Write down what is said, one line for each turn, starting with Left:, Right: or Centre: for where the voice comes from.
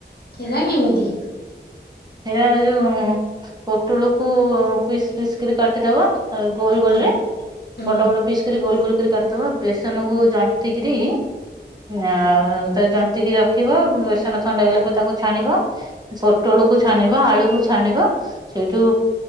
Left: କିରା କେମିତି?
Right: ଏରା ଏଯୋଉ ପୋଟଳକୁ ପିସ୍ ପିସ୍ କରି କାଟିଦବ ଆଉ ଗୋଲ ଗୋଲରେ
Left: ହୁଁ ହୁଁ
Right: ବଡ଼ ବଡ଼ ପିସ୍ କରି ଗୋଲ ଗୋଲ କରି କାଟିଦବ ବେସନକୁୁ ଜନ୍ତି କିରି ଆଉ ତାକୁ ଜନ୍ତିକି ରଖିବ ବେସନ ଥଣ୍ଡା ହେଇଗଲା ପରେ ତାକୁ ଛାଣିବ ପୋଟଳକୁୁ ଛାଣିବ, ଆଳୁକୁ ଛାଣିବ, ସେଇଠୁ